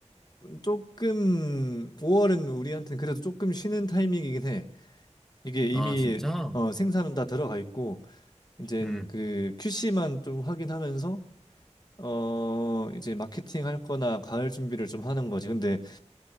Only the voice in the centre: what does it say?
아, 진짜?
음,